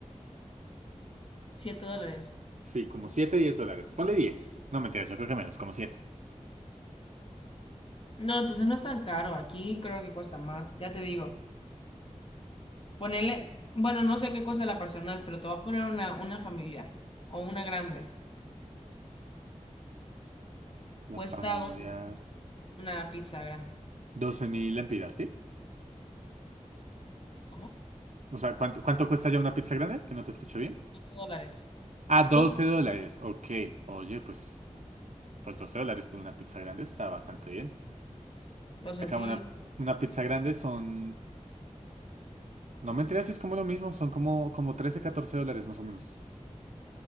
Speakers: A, on the left; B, on the right.
A: siete dólares.
B: Sí, como 7 10 dólares. Ponle diez No, mentiras, yo creo que menos, como siete
A: No, entonces no es tan caro. Aquí creo que cuesta más. Ya te digo. Ponele. Bueno, no sé qué cuesta la personal, pero te voy a poner una, una familiar o una grande.
B: La
A: Cuesta
B: familiar.
A: 12 Una pizza grande.
B: doce mil lempiras, ¿sí?
A: ¿Cómo?
B: O sea, ¿cuánto, cuánto cuesta ya una pizza grande? Que no te escucho bien.
A: 12 dólares.
B: Ah, 12
A: 12.
B: dólares. Ok. Oye, pues, pues 12 dólares por una pizza grande está bastante bien.
A: Lo sentí.
B: Acá una, una pizza grande son... No mentiras, sí es como lo mismo. Son como, como 13 14 dólares más o menos.